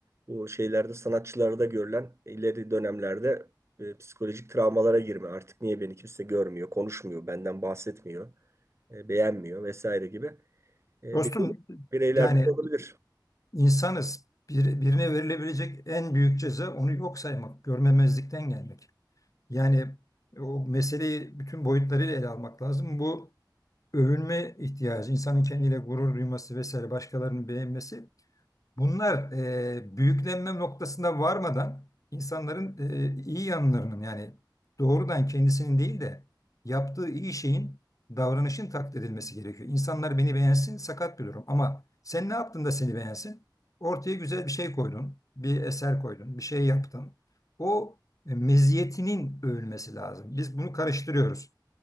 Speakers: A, on the right; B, on the left.
A: bu şeylerde sanatçılarda görülen ileri dönemlerde e, psikolojik travmalara girme. Artık niye beni kimse görmüyor, konuşmuyor, benden bahsetmiyor, e, beğenmiyor vesaire gibi e,
B: Dostum
A: birey- bireylerden
B: yani
A: olabilir.
B: insanız. Bir, birine verilebilecek en büyük ceza onu yok saymak, görmemezlikten gelmek. Yani o meseleyi bütün boyutlarıyla ele almak lazım. Bu övünme ihtiyacı, insanın kendiyle gurur duyması vesaire başkalarının beğenmesi Bunlar e, büyüklenme noktasında varmadan insanların e, iyi yanlarının yani doğrudan kendisinin değil de yaptığı iyi şeyin davranışın takdir edilmesi gerekiyor. İnsanlar beni beğensin sakat bir durum ama sen ne yaptın da seni beğensin? Ortaya güzel bir şey koydun, bir eser koydun, bir şey yaptın. O e, meziyetinin övülmesi lazım. Biz bunu karıştırıyoruz.